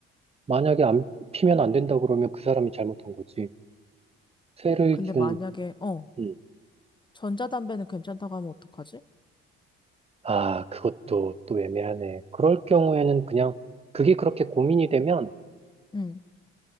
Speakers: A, on the right; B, on the left.
A: 만약에 안 피면 안 된다 그러면 그 사람이 잘못한 거지. 세를
B: 근데
A: 준,
B: 만약에, 어,
A: 음,
B: 전자담배는 괜찮다고 하면 어떡하지?
A: 아, 그것도 또 애매하네. 그럴 경우에는 그냥 그게 그렇게 고민이 되면
B: 응,